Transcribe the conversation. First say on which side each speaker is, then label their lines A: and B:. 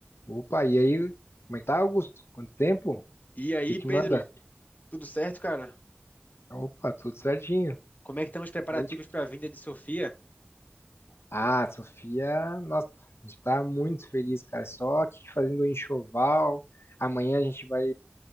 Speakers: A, on the left; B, on the left.
A: Opa, e aí? Como é que tá, Augusto? Quanto tempo? O
B: E aí,
A: que que
B: Pedro,
A: manda?
B: tudo certo, cara?
A: Opa, tudo certinho.
B: Como é que estão os preparativos
A: Nem te-
B: para a vinda de Sofia?
A: Ah, Sofia, nossa, a gente tá muito feliz, cara. Só que fazendo um enxoval. Amanhã a gente vai